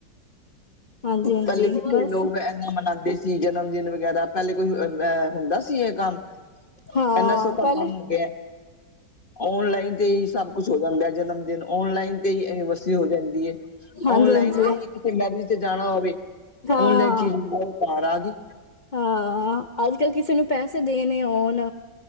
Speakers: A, on the left; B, on the left.
A: ਹਾਂਜੀ ਹਾਂਜੀ
B: ਪਹਲੇ ਕਿੱਥੇ
A: ਬਸ
B: ਲੋਕ ਇਨਾ ਮਨਾਉਂਦੇ ਸੀ ਸੀ ਜਨਮ ਦਿਨ ਵਗੈਰਾ ਪਹਿਲੇ ਕੋਈ ਅਹ ਹੁੰਦਾ ਸੀ ਇਹ ਕੰਮ
A: ਹਾਂ
B: ਇਨਾ ਸੌਖਾ
A: ਪਹਿਲੇ
B: ਕੰਮ ਹੋ ਗਿਆ ਔਨਲਾਈਨ ਤੇ ਹੀ ਸਭ ਕੁਛ ਹੋ ਜਾਂਦਾ ਜਨਮ ਦਿਨ ਆਨਲਾਈਨ ਤੇ ਹੀ ਐਨੀਵਰਸਰੀ ਹੋ ਜਾਂਦੀ ਹੈ
A: ਹਾਂਜੀ
B: ਓਨਲਾਈਨ
A: ਹਾਂਜੀ
B: ਤੇ ਹੀ ਕਿਸੇ ਮੈਰਿਜ ਤੇ ਜਾਣਾ ਹੋਵੇ
A: ਹਾਂ
B: ਔਨਲਾਈਨ ਚੀਜ਼ ਉਹ ਘਰ ਆ ਗਈ
A: ਹਾਂ ਅੱਜ ਕੱਲ੍ਹ ਕਿਸੇ ਨੂੰ ਪੈਸੇ ਦੇਣੇ ਹੋਣ